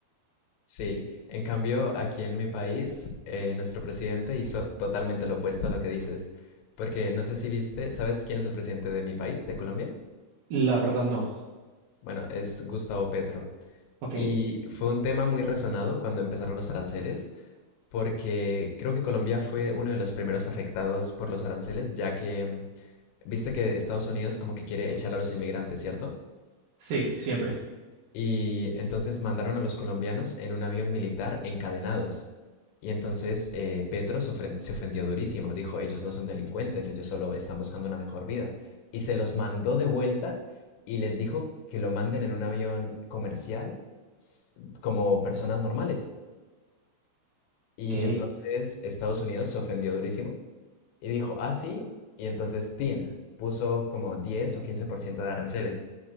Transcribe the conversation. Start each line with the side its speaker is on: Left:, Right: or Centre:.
Left: Sí, en cambio, aquí en mi país, eh, nuestro presidente hizo totalmente lo opuesto a lo que dices, porque no sé si viste, ¿sabes quién es el presidente de mi país, de Colombia?
Right: La verdad no.
Left: Bueno, es Gustavo Petro.
Right: Ok.
Left: Y fue un tema muy resonado cuando empezaron los aranceles, porque creo que Colombia fue uno de los primeros afectados por los aranceles, ya que mm, viste que Estados Unidos como que quiere echar a los inmigrantes, ¿cierto?
Right: Sí, siempre.
Left: Y entonces mandaron a los colombianos en un avión militar encadenados. Y entonces eh, Petro se ofren- se ofendió durísimo. Dijo, ellos no son delincuentes, ellos solo están buscando una mejor vida. Y se los mandó de vuelta y les dijo que lo manden en un avión comercial s- como personas normales. Y
Right: Ok.
Left: entonces Estados Unidos se ofendió durísimo y dijo, ah, sí. Y entonces Tin puso como 10 o 15% de aranceles.